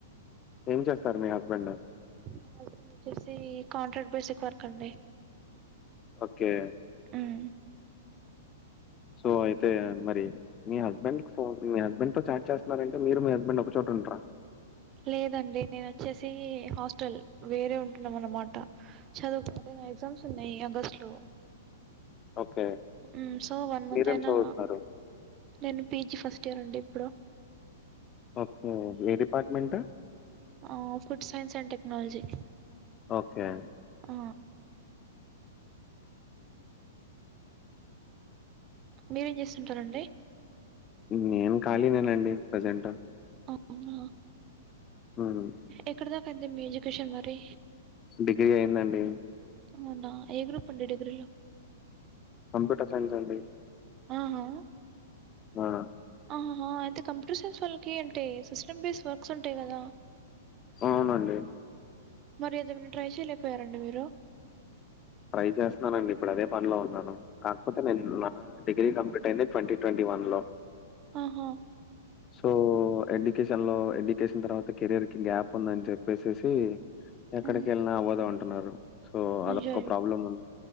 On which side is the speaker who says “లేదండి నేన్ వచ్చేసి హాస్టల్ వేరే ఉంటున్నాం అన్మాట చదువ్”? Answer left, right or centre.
Right